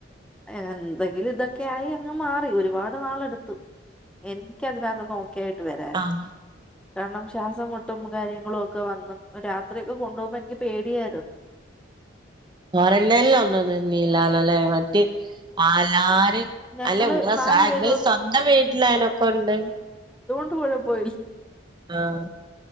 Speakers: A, in the centre; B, on the right.
A: എന്തെങ്കിലും ഇതൊക്കെയ ആായി അങ്ങ് മാറി ഒരുപാട് നാള എടുത്തു എനിക്കതിനകത്ത് നോക്കിയായിട്ട് വരാന്
B: ആഹ്
A: കാരണം ശ്വാസംമൊട്ടും കാര്യങ്ങളും ഒക്കെ ഒക്കെ വന്ന രാത്രിയൊക്കെ കൊണ്ടുപോകുമ്പോ എനിക്ക് പേടിയായിരുന്നു
B: കൊറന്റൈൽ ഒന്നും നിന്നില്ലല്ലോ ലേ മറ്റേ ആ എല്ലാരും
A: ഞങ്ങള്
B: അല്ല ഉ
A: നാലു
B: എങ്ങള്
A: പേരും
B: സ്വന്തം വീട്ടിലായനൊക്കെ ഉണ്ട്
A: പോടെ പോയിൽ
B: ആഹ